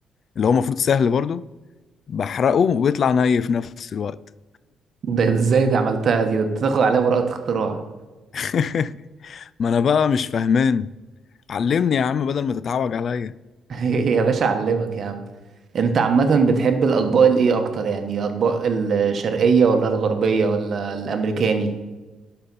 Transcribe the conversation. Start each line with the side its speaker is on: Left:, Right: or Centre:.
Left: اللي هو المفروض سهل برضه بحرقه وبيطلع ني في نفس الوقت
Right: ده ازاي ده عملتها دي ده انت تاخد عليها براءه اختراع
Left: <laughs> ما انا بقى مش فاهمان علمني يا عم بدل ما تتعوج عليا
Right: <laughs> يا باشا اعلمك يا عم انت عامة بتحب الاطباق الايه اكتر يعني اطباق الشرقية ولا الغربية ولا الامريكاني